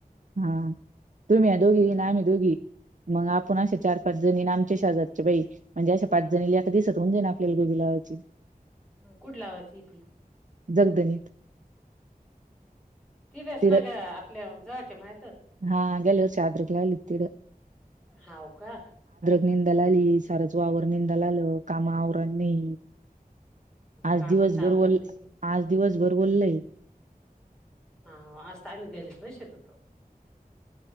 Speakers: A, on the right (about 55°); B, in the centre.
A: हा तुम्ही या दोघी
B: ह
A: नाम दोघी मग आपण असे चार पाच जणी नाम पंचस हजारचे बाई म्हणजे अशा पाच जणी ल एका दिसत होऊ जाईना आपल्याला गोबी लावायची
B: कुड लावाचीतीी
A: जगदणीत
B: तिरस
A: तिड
B: ना ग आपल्या जवळच्या माहि
A: हा गेल दिवसद्रलाल इतड
B: हव का
A: निंदा ला आली सारच वावर निंदा ला आलं कामा आवर नाही आज
B: कामाचं
A: दिवसभर
B: आवरण
A: ब
B: नाही बाई
A: आज दिवसभर वल हाय
B: हा आजता आम्ही घरीच बसल होतो